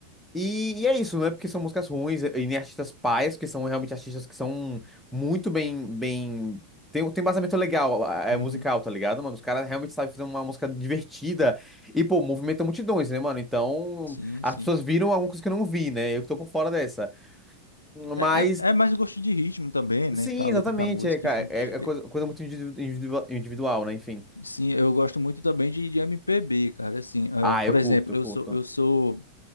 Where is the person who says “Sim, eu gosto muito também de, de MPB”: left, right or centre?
Left